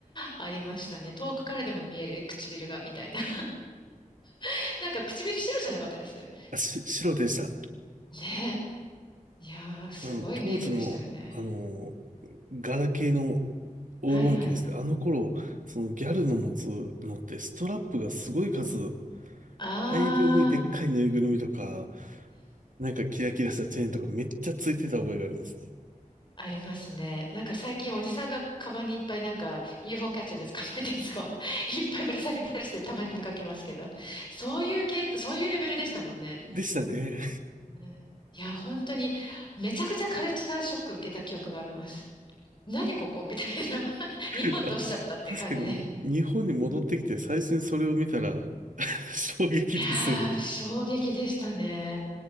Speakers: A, on the left; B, on the right.
A: ありましたね。遠くからでも見える唇が、みたいな。<laughs> なんか唇白じゃなかったです。
B: あ、し、白でした。
A: ねいやー、すごいメイクでしたよね。
B: あの、当時の、あの、ガラケーの黄金期ですけど、
A: はいはい。
B: あの頃、そのギャルの持つのってストラップがすごい数、
A: あー、
B: 大量にでっかいぬいぐるみとか、なんかキラキラしたチェーンとかめっちゃついてた覚えがありますね。
A: ありますね。なんか最近おじさんがカバンにいっぱいなんか UFO キャッチャーで捕まえたやつを <laughs> いっぱいぶら下げてたりしてたまに見かけますけど。そういう系、そういうレベルでしたもんね。
B: でしたね。
A: うんいや、本当にめちゃくちゃカルチャーショック受けた記憶があります。何ここみたいな。<laughs>
B: <laughs>
A: 日本どうしちゃったって感じで。
B: あ確かに日本に戻ってきて最初にそれを見たら <laughs> 衝撃ですよね。
A: いやー、衝撃でしたね。